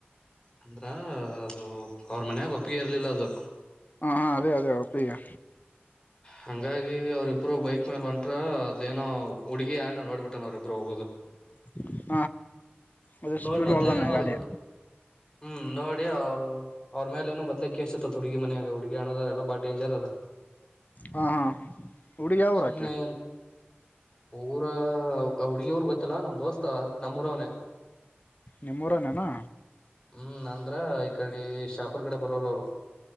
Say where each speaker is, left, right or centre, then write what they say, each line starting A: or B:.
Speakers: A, on the left; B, on the left.
A: ಅಂದ್ರ. ಅದು ಅವ್ರ ಮನ್ಯಾಗ ಒಪ್ಪಿಗೆ ಇರ್ಲಿಲ್ಲ ಅದು.
B: ಹಾ ಹಾ ಅದೇ ಅದೇ ಒಪ್ಪಿಗೆ.
A: ಹಂಗಾಗಿ ಅವ್ರ ಇಬ್ರು. ಇಬ್ರು ಬೈಕ್ ಮ್ಯಾಲ. ಮೇಲೆ ಒಂಟ್ರ ಅದೇನೋ ಹುಡುಗಿಯ ಹಣ್ಣ ನೋಡ್ಬಿಟ್ಟ ನ ಅವ್ರರಿಬ್ಬರು ಹೋಗೋದು
B: <inaudible> ಅದು
A: ನೋಡಿ
B: ಸ್ಪೀಡ್
A: ಮೊದ್ಲ
B: ಹೊಳ್ದಾನ
A: ಏನೋ ಅವ್ರ
B: ಗಾಡಿ
A: ಹ್ಮ್ ನೋಡಿ ಅವ್ರು ಅವ್ರ ಮೇಲೆ ಏನ ಮೊದ್ಲ ಕೇಸ್ ಇತ್ತಂತ ಹುಡುಗಿ ಮನ್ಯಾಗ ಹುಡುಗಿ ಅಣ್ಣದೋರು ಎಲ್ಲ ಬಾ ಡೇಂಜರ್ ಅದ
B: ಹಾ ಹಾ ಹುಡುಗಿ ಯಾವ
A: ಸುಮ್ನೆ
B: ಉರಾಕಿ
A: ಊರ ಹುಡ್ಗಿ ಊರ್ ಗೊತ್ತಿಲ್ಲಾ ನಮ್ ದೋಸ್ತ ನಮ್ಮೂರವನೆ
B: ನಿಮ್ಮೂರನೇನಾ
A: ಹ್ಮ್ ನಂದ್ರ ಈ ಕಡೆ ಶಾಪುರ್ ಕಡೆ ಬರೋರು ಅವರು